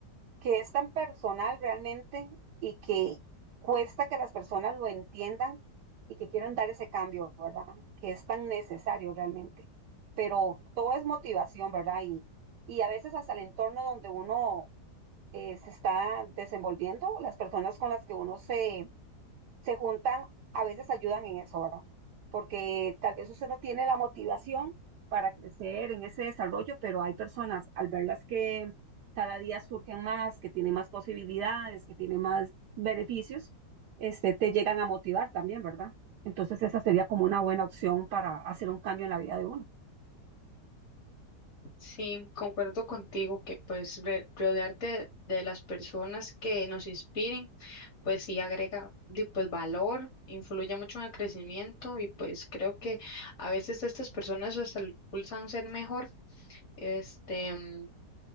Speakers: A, on the right; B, on the left.
A: que es tan personal realmente y que cuesta que las personas lo entiendan y que quieran dar ese cambio, ¿verdad? Que es tan necesario realmente. Pero todo es motivación, ¿verdad? Y, y a veces hasta el entorno donde uno eh, se está desenvolviendo, las personas con las que uno se se juntan, a veces ayudan en eso, ¿verdad? Porque tal vez usted no tiene la motivación para crecer en ese desarrollo, pero hay personas al verlas que cada día surgen más, que tienen más posibilidades, que tienen más beneficios, este, te llegan a motivar también, ¿verdad? Entonces esa sería como una buena opción para hacer un cambio en la vida de uno.
B: Sí, concuerdo contigo que pues re- rodearte de las personas que nos inspiren, pues sí agrega di, pues valor, influye mucho en el crecimiento y pues creo que a veces estas personas hasta lo impulsan a ser mejor. Este, mm,